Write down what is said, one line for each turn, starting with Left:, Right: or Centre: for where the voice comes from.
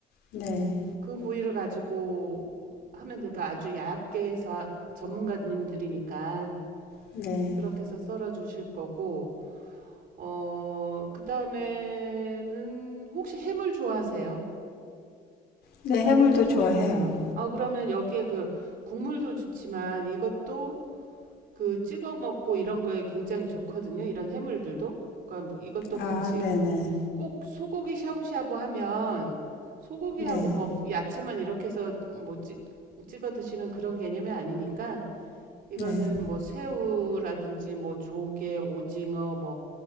Left: 네.
Right: 그 부위를 가지고 하면 될까? 아주 얇게 해서 아, 전문가님들이니까
Left: 네.
Right: 그렇게 해서 썰어 주실 거고, 어, 그 다음에는 혹시 해물 좋아하세요?
Left: 네. 해물도 좋아해요.
Right: 아, 그러면 여기에 그 국물도 좋지만 이것도 그 찍어 먹고 이런 거에 굉장히 좋거든요. 이런 해물들도. 그러니까 이것도 같이
Left: 아, 네네.
Right: 꼭 소고기 샤브샤브 하면 소고기하고
Left: 네.
Right: 뭐 야채만 이렇게 해서 뭐 찌, 찍어 드시는 그런 개념이 아니니까 이거는
Left: 네.
Right: 뭐 새우라든지 뭐 조개, 오징어 뭐